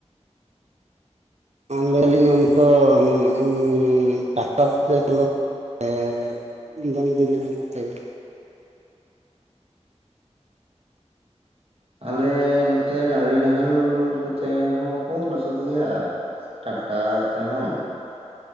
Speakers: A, on the right (about 70°); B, on the right (about 55°).
A: ᱞᱟᱹᱭ ᱫᱟ ᱞᱤᱧ ᱚᱱᱛᱮ ᱫᱚ ᱴᱟᱠᱴᱚᱨ ᱛᱮ ᱰᱟᱝᱨᱤ ᱱᱟᱦᱮᱞ ᱠᱚᱛᱮ ᱜᱮ
B: ᱟᱞᱮ ᱱᱚᱛᱮ ᱰᱟᱝᱨᱤ ᱱᱟᱦᱮᱞ ᱠᱚᱛᱮ ᱦᱚᱸ ᱠᱚ ᱞᱚᱥᱚᱫ ᱜᱮᱭᱟ ᱴᱟᱠᱴᱟᱨ ᱛᱮᱦᱚᱸ